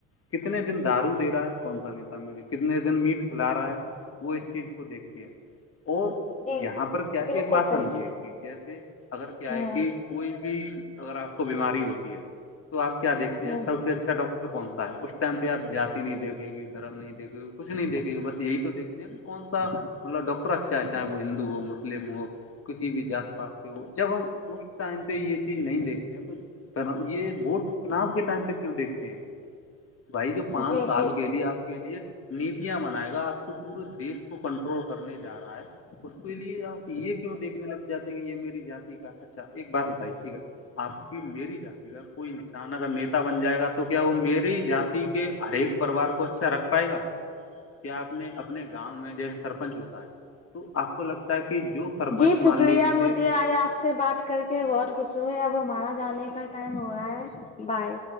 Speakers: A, on the left; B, on the left.
A: کتنے دن دارو دے رہا ہے کون سا نیتا مجھے کتنے دن میٹ کھلا رہا ہے وہ اس چیز کو دیکھتی ہیں اور
B: جی
A: یہاں
B: جی
A: پر کیا
B: بالکل
A: ایک بات
B: صحیح
A: سمجھیے کہ جیسے اگر کیا
B: ہوں
A: ہے کہ کوئی بھی اگر آپ کو بیماری ہوتی ہے تو آپ کیا دیکھتے
B: ہوں
A: ہیں سب سے ڈاکٹر کون سا ہے اس ٹائم پہ آپ جاتی نہیں دیکے گی دھرم نہیں دیکے گے کچھ نہیں دیکھے گی بس یہی تو دیکھتے کہ کون سا مطلب ڈاکٹر اچھا ہے چاہے وہ ہندو ہو مسلم ہو کسی بھی جات پ جب ہم اس ٹائم پے یے چیز نہیں دیکھتے ہیں تو یہ ووٹ چناؤ کے ٹائم تک کیوں دیکھتے ہیں بھائی جو پانچ
B: جی
A: سال
B: جی
A: کے لیے آپ کے لیے نیتیاں بنائے گا آپ کے پورے دیشس کو کنٹرول کرنے جا رہا ہے اس کے لیے آپ یہ کیوں دیکھنے لگ جاتے ہیں کہ یہ میری جات کا اچھا ایک بات بتائیے ٹھیک ہے آپ کی میری جات کوئی انسان اگر نیتا بن جائے گا تو کیا وہ میے جاتی کے ہر ایک پریوار کو اچھا رکھ پائے گا کیا آپ نے اپنے گاؤں میں جیسے سرپنچ ہوتا ہے تو آپ کو لگتا ہے کہ جو سرپنچ
B: جی شکریہ
A: مان لیجیے
B: مجھے آج آپ سے بات کر کے بہت خش ہوئے اب ہمارا جانے کا ٹائم ہو رہا ہے بائے